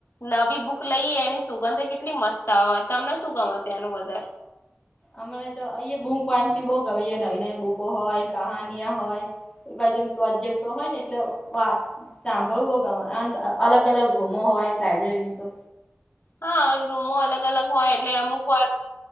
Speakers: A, on the left; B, on the left.
A: નવી બુક લઈએ એની સુગંધ કેટલી મસ્ત આવે તમને શું ગમેત ત્યાંનું વધારે.
B: અમને તો અહી બૂક વાંચી બહ કેમે નવી નવી બુકો હોય કહાાનિયા હોય એ બાજુ પ્રોજેક્ટ હોય ને એટલે વા. સાંભળ ભોગામાં અલગ અલગ રૂમો હોય લાયબ્રેરી તો
A: હા રૂમો અલગ અલગ હોય એટલે અમુક વાર.